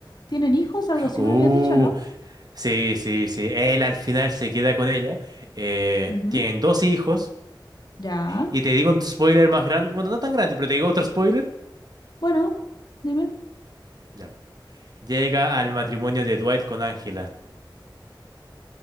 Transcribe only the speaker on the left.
tienen hijos, algo así
me habías dicho, ¿no?
Ujú,
Ya,
bueno, dime.